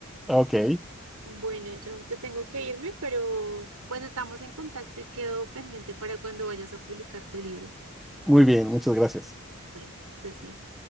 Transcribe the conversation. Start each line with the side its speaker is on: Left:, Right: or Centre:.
Centre: Ok.
Right: Bueno, yo, yo tengo que irme, pero pues estamos en contacto y quedo pendiente para cuando vayas a publicar tu libro.
Centre: Muy bien, muchas gracias.
Right: Bueno, que estés bien.